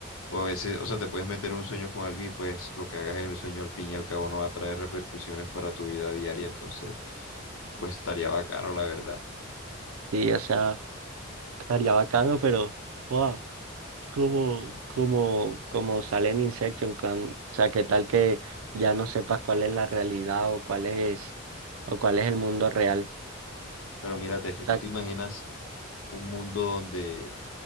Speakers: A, on the left (about 75°); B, on the right (about 85°).
A: o a veces, o sea, te puedes meter un sueño con alguien y pues lo que hagas en el sueño al fin y al cabo no va a traer repercusiones para tu vida diaria, entonces, pues estaría bacano, la verdad.
B: Sí, o sea, estaría bacano, pero, wow. Como, como, como sale en Inception, cuan- o sea, que tal que ya no sepas cuál es la realidad o cuál es, o cuál es el mundo real.
A: Pero mírate,
B: O
A: es que
B: sea,
A: tú te imaginas un mundo donde,